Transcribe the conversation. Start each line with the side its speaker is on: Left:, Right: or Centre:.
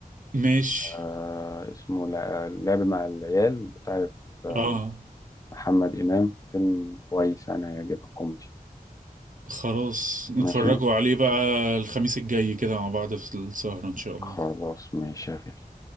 Right: ماشي
Left: آه اسمه لع- لعب مع العيال بتاعت آه،
Right: اه
Left: محمد إمام فيلم كويس يعني هيعجبك كوميدي
Right: خلاص نتفرجوا
Left: ماشي
Right: عليه بقى الخميس الجاي كده مع بعض في السهرة إن شاء الله
Left: خلاص ماشي يا غالي.